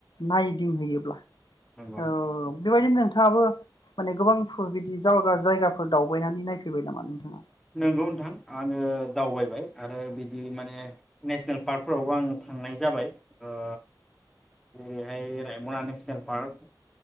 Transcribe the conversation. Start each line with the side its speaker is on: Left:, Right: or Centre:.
Left: नायदिंहैयोब्ला
Centre: नंगौ
Left: औ
Centre: नंगौ
Left: बेबायदिनो नों नोंथाङाबो माने गोबां बिदि जगा जायगाफोर दावबायनानै नायफैबाय नामा नोंथाङा
Centre: नंगौ नोंथां आङो दावबायबाय आरो बिदि माने नेसनेल पार्कफोरावबो आं थांनाय जाबाय ओ जेरैहाय रायमना नेसनेल पार्क